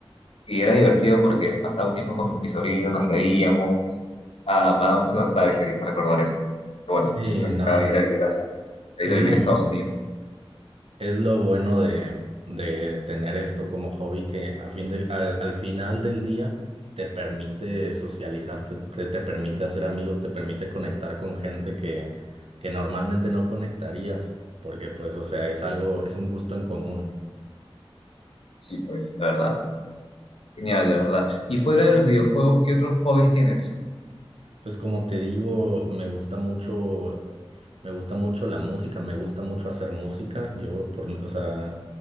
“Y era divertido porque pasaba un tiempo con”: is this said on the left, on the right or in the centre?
Left